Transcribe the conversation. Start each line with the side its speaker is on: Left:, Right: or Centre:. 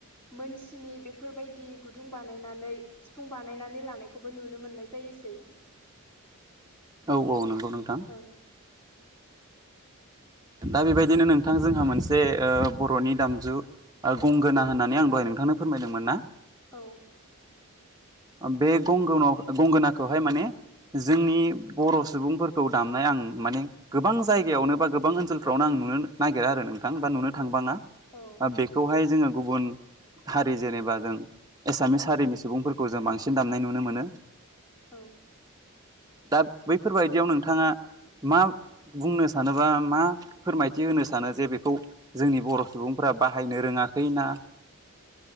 Left: मोनस्नि बेफोरबायदि गुदुं बानायनानै सिफुं बानायनानै लानायखौबो नुनो मोननाय जायो। सै
Right: औ औ नंगौ नोंथां
Left: ओं
Right: दा बेबायदिनो नोंथां जोंहा मोनसे ओ बर'नि दामजु ओ गंगोना होननानै आं दहाय नोंथांनो फोरमायदोंमोन ना
Left: औ
Right: बे गंग गंगोनाखौहाय माने जोंनि बर' सुबुंफोरखौ दामनाय आं माने गोबां जायगायावनो बा गोबां ओन सोलफ्रावनो आं नुनो नागिरा आरो नोंथां बा नुनो थांबाङा
Left: औ
Right: बेखौहाय जोङो गुबुन हारि जेनेबा जों एसामिस हारिनि सुबुंफोरखौ जों बांसिन दामनाय नुनो मोनो।
Left: औ
Right: दा बैफोरबायदियाव नोंथाङा मा बुंनो सानोबा मा फोरमायथि होनो सानो जे बेखौ जोंनि बर' सुबुंफ्रा बाहायनो रोङाखै ना